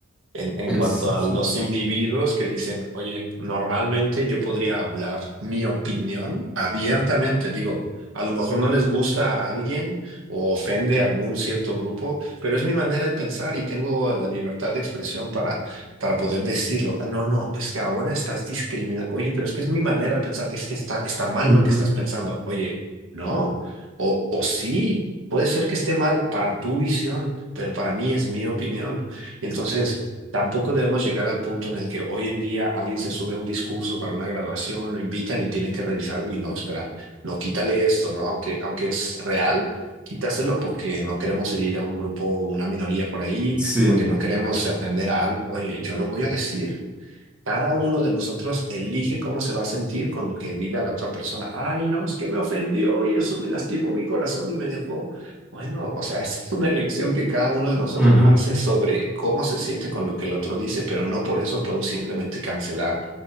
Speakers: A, on the right; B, in the centre.
A: en, en
B: Es,
A: cuanto a
B: sí.
A: los individuos que dicen, oye, normalmente yo podría hablar mi opinión abiertamente, digo, a lo mejor no les gusta a alguien o ofende a algún cierto grupo, pero es mi manera de pensar y tengo la libertad de expresión para, para poder decirlo. "Ah, No, no, es que ahora estás discriminando. Oye, pero es que es mi manera de pensar, es que está, está mal
B: Ujú.
A: lo que estás pensando. Oye, no, o, o sí. Puede ser que esté mal para tu visión, pero para mí es mi opinión. Entonces, Tampoco debemos llegar al punto en el que hoy en día alguien se sube a un discurso para una graduación, lo invitan y tiene que revisar, uy, no, espera, no, quítale esto, ¿no? Aunque, aunque es real, quítaselo porque no queremos herir a un grupo, una minoría por ahí,
B: Sí.
A: porque no queremos ofender a alguien. Oye, yo lo voy a decir. Cada uno de nosotros elige cómo se va a sentir con lo que diga la otra persona. Ay, no, es que me ofendió y eso me lastimó mi corazón y me dejó. Bueno, o sea, <laughs> esa es una elección que cada uno de nosotros
B: Ujú.
A: hace sobre cómo se siente con lo que el otro dice, pero no por eso puedo simplemente cancelar